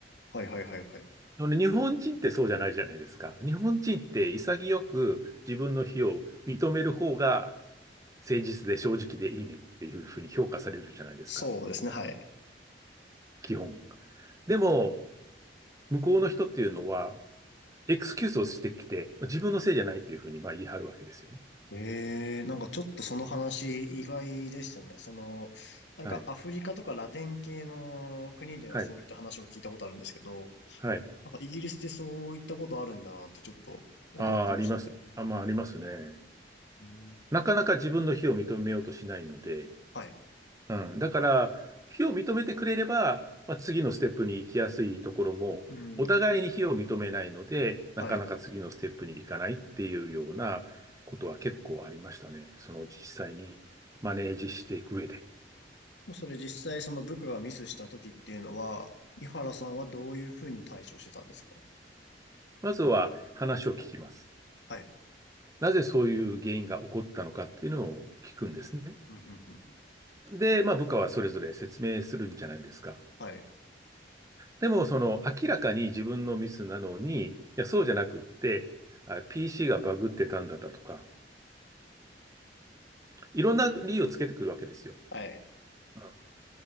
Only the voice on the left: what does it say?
はいはいはいはい。
そうですね、はい。
ええ、なんかちょっとその話意外でしたね。その、なんかアフリカとかラテン系の国ではそういった話を聞いたことあるんですけど、
なんかイギリスでそういったことあるんだなってちょっと驚きましたね。
うん。
はい。
うん。
はい。
もうそれ実際その部下がミスした時っていうのは、井原さんはどういうふうに対処してたんですか
はい。
うんうんうん
はい。
はい。